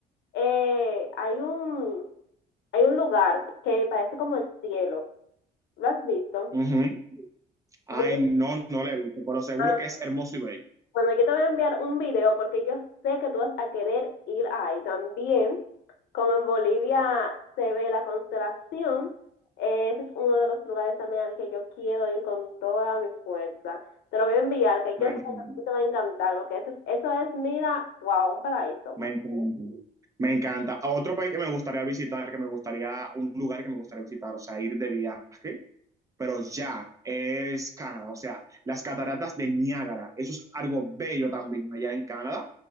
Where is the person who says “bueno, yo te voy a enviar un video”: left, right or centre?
Left